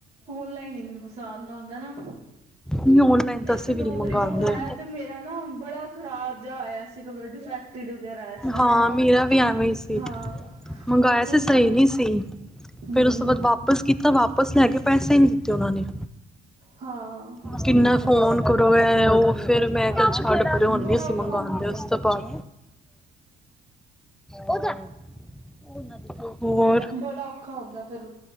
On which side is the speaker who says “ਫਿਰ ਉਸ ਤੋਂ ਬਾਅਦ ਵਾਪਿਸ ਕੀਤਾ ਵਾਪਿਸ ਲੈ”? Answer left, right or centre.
Centre